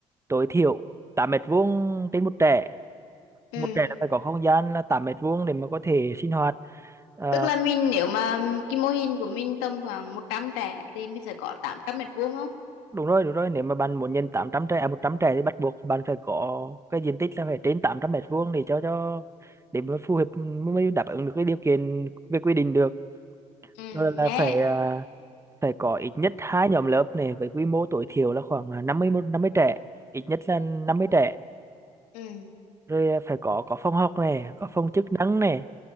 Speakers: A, on the right; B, on the left.
A: tối thiểu 8 mét vuông trên một trẻ
B: Ừ.
A: một trẻ là phải có không gian là 8 mét vuông để mà có thể sinh hoạt Ờ,
B: tức là mình nếu mà cái mô hình của mình tầm khoảng 100 trẻ thì mình phải có 800 mét vuông không
A: đúng rồi đúng rồi nếu mà bạn muốn nhận tám trăm trẻ à, một trăm trẻ thì bắt buộc bạn phải có cái diện tích là phải trên 800 mét vuông để cho cho để mà phù hợp mới đáp ứng được cái điều kiện về quy định được
B: ừ.
A: rồi
B: nghe
A: là phải à, phải có ít nhất hai nhóm lớp này với quy mô tối thiểu là khoảng là năm mươi một- năm mươi trẻ ít nhất là năm mươi trẻ
B: ừ.
A: rồi à, phải có có phòng học này có phòng chức năng này